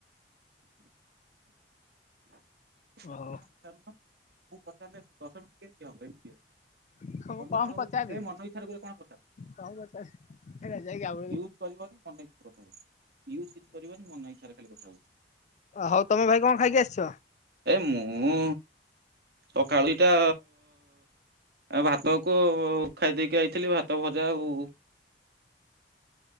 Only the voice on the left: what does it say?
ହଉ।
ମୁଁ
ପଚାରିବି
କଣ ପଚାରିବି ହେରା ଯାଇକି ଆଉ
ହଉ ତମେ ଭାଇ କଣ ଖାଇକି ଆସିଛ